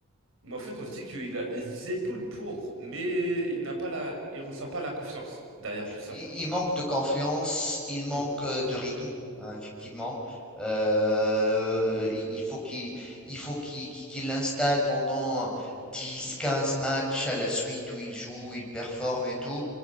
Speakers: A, on the right; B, in the centre.
A: mais en fait, on se dit qu'il a les épaules pour, mais il n'a pas la, il ressent pas la confiance derrière tout ça.
B: Il il manque de confiance, il manque
A: Hmm,
B: euh, de rythme, hein, effectivement. Euh, il il faut qu'il il faut qu'il qu'il l'installe pendant dix quinze matchs à la suite où il joue, il performe et tout.